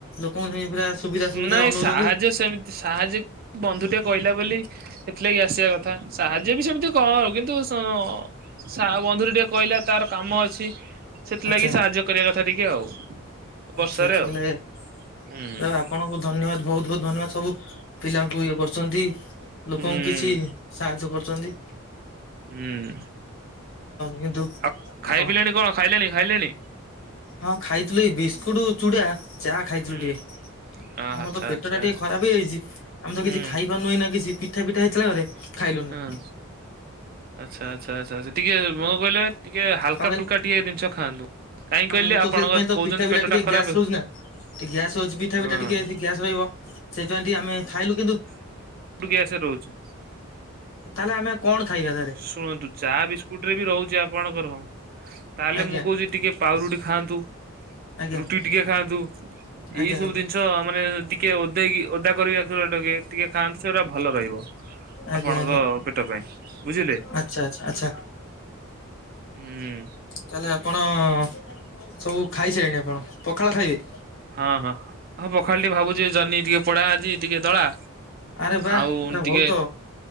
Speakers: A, on the left (about 70°); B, on the right (about 45°).
A: ଲୋକଙ୍କୁ ହ ପୁରା ସୁବିଧା ସୁବିଧାରେ
B: ନାଇଁ
A: ଅନଉଛନ୍ତି।
B: ସାହାଯ୍ୟ ସେମିତି ସାହାଯ୍ୟ ବନ୍ଧୁ ଟା କହିଲା ବୋଲି ସେଥିଲାଗି ଆସିବା କଥା ସାହାଯ୍ୟ ବି ସେମିତି କଣ ଆଉ କିନ୍ତୁ ଆଁ ବନ୍ଧୁରୁ ଟିକେ କହିଲା ତାର କାମ ଅଛି ସେଥିଲାଗି
A: ଆଚ୍ଛା
B: ସାହାଯ୍ୟ କରିବା କଥା ଟିକେ ଆଉ ବର୍ଷାରେ
A: ଆଚ୍ଛା ଆଚ୍ଛା
B: ଆଉ
A: ତାହେଲେ
B: ହୁଁ
A: ଆପଣ କୁ ଧନ୍ୟବାଦ ବହୁତ ବହୁତ ଧନ୍ୟବାଦ ସବୁ ପିଲାଙ୍କୁ ଇଏ କରୁଚନ୍ତି ଲୋକଙ୍କୁ
B: ହୁଁ।
A: କିଛି ସାହାଯ୍ୟ କରୁଚନ୍ତି।
B: ହୁଁ
A: କିନ୍ତୁ
B: ଆଉ
A: ଆପଣ
B: ଖାଇ ପିଲେଣି କଣ ଖାଇଲେଣି ଖାଇଲେଣି।
A: ହଁ ଖାଇଥିଲୁ ଏଇ ବିସ୍କୁଟ ଚୁଡା ଚା ଖାଇଥିଲୁ
B: ହୁଁ
A: ଟିକେ।
B: ଆଚ୍ଛା
A: ଆମର ତ ପେଟ
B: ଆଚ୍ଛା
A: ଟା ଟିକେ
B: ଆଚ୍ଛା।
A: ଖରାପ ହେଇଯାଇଚି। ଆମେ ତ
B: ହୁଁ
A: କିଛି ଖାଇ ପାରୁ ନୁ ଏଇନା କିଛି ପିଠା ପିଠା ହେଇଥିଲା ଘରେ ଖାଇଲୁନି।
B: ହଁ ଆଚ୍ଛା ଆଚ୍ଛା ଆଚ୍ଛା ଟିକେ ମୁଁ କହିଲି ଟିକେ ହାଲକା
A: କଣ କହିଲେ?
B: ଫୁଲକା ଟିକେ ଜିନିଷ ଖାଆନ୍ତୁ। କାହିଁ
A: ହଁ
B: କହିଲେ
A: ମୁଁ ତ
B: ଆପଣଙ୍କ
A: ସେଇଥିପାଇଁ ତ
B: କହୁଛନ୍ତି
A: ପିଠା ପିଠା
B: ପେଟ
A: ଟିକେ
B: ଟା ଖରାପ
A: ଗ୍ୟାସ ରହୁଚି ନା ଗ୍ୟାସ ରହୁଚି ପିଠା
B: ହଁ।
A: ପିଠା ଟିକେ ସେ ଗ୍ୟାସ ରହିବ ସେଇପାଇଁ ଟିକ ଆମେ ଖାଇଲୁ କିନ୍ତୁ
B: ବୁ ଗ୍ୟାସ ରହୁଚି।
A: ତାହେଲେ ଆମେ କଣ ଖାଇବା ତାହେଲେ।
B: ଶୁଣନ୍ତୁ ଚା ବିସ୍କୁଟ ରେ ବି ରହୁଚି ଆପଣଙ୍କର ତାହେଲେ
A: ଆଜ୍ଞା
B: ମୁଁ କହୁଚି ଟିକେ ପାଉରୁଟି ଖାଆନ୍ତୁ
A: ଆଜ୍ଞା।
B: ରୁଟି ଟିକେ ଖାଆନ୍ତୁ
A: ଆଜ୍ଞା
B: ଏଇ ସବୁ ଜିନିଷ ମାନେ ଟିକେ ଓଦେଇକି ଓଦା କରିକି ଟିକେ ଖାନ୍ତୁ ସେଗୁରା ଭଲ ରହିବ।
A: ଆଜ୍ଞା ଆଜ୍ଞା
B: ଆପଣଙ୍କ
A: ଆଜ୍ଞା
B: ପେଟ ପାଇଁ ବୁଝିଲେ
A: ଆଚ୍ଛା ଆଚ୍ଛା ଆଚ୍ଛା
B: ହୁଁ।
A: ତାହେଲେ ଆପଣ ସବୁ ଖାଇସାଇଲେଣି ଆପଣ ପଖାଳ ଖାଇବେ।
B: ହଁ ହଁ ହଁ ପଖାଳ ଟିକେ ଭାବୁଚି ଜନି ଟିକେ ପୋଡା ଆଜି ଟିକେ ଦଳା
A: ଆରେ ବା
B: ଆଉ
A: ରା
B: ଟିକେ
A: ଵହୁତ